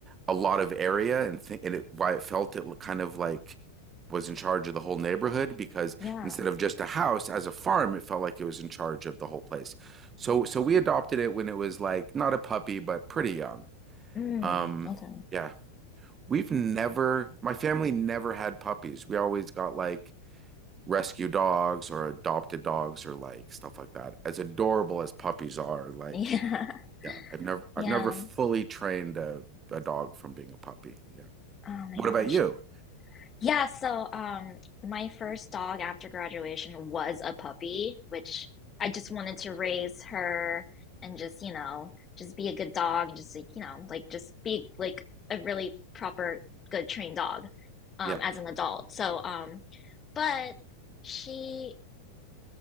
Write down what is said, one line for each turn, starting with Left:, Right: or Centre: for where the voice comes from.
Right: a lot of area and, th and it, why it felt it kind of like was in charge of the whole neighborhood because
Left: Yeah.
Right: instead of just a house as a farm, it felt like it was in charge of the whole place. So so we adopted it when it was like not a puppy, but pretty young.
Left: Mm.
Right: Um,
Left: Okay.
Right: yeah, we've never, my family never had puppies. We always got like rescue dogs or adopted dogs or like stuff like that. As adorable as puppies are, like
Left: Yeah. <laughs>
Right: yeah, I've never I've
Left: Yeah.
Right: never fully trained a, a dog from being a puppy. Yeah.
Left: Oh my
Right: What
Left: gosh.
Right: about you?
Left: Yeah, so um my first dog after graduation was a puppy, which I just wanted to raise her and just, you know, just be a good dog and just like, you know, like just be like a really proper good trained dog um
Right: Yeah.
Left: as an adult. So um but she